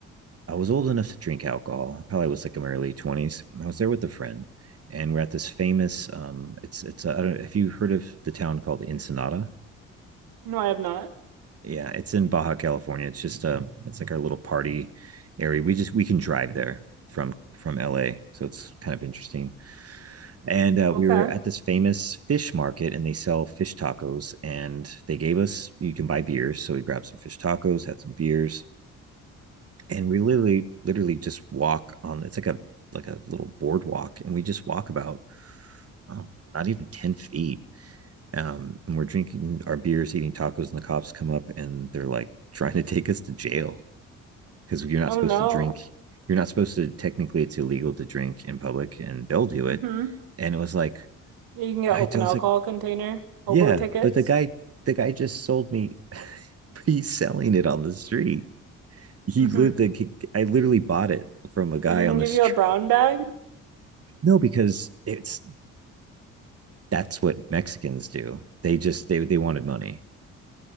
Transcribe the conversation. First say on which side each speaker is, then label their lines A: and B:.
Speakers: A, on the right (about 40°); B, on the right (about 70°).
A: I was old enough to drink alcohol. I probably was like in my early 20s. I was there with a friend and we're at this famous um it's it's a, I don't have you heard of the town called Ensenada?
B: No, I have not.
A: Yeah, it's in Baja California. It's just uh it's like our little party area. We just we can drive there from from LA. So it's kind of interesting. And uh,
B: Okay.
A: we were at this famous fish market and they sell fish tacos and they gave us you can buy beers. So we grabbed some fish tacos, had some beers and we literally literally just walk on it's like a like a little boardwalk and we just walk about um, not even 10 feet um, and we're drinking our beers eating tacos and the cops come up and they're like <laughs> trying to take us to jail because you're not
B: Oh
A: supposed
B: no.
A: to drink you're not supposed to technically it's illegal to drink in public and they'll do
B: hmm
A: it and it was like
B: You can get
A: i
B: open
A: I was
B: alcohol
A: like
B: container,
A: yeah
B: hobo tickets.
A: but the guy the guy just sold me <laughs> he's selling it on the street he
B: hmm
A: lit i literally bought it from a guy
B: They didn't
A: on
B: give
A: the <laughs> street
B: you a brown bag?
A: No, because it's that's what Mexicans do. They just they they wanted money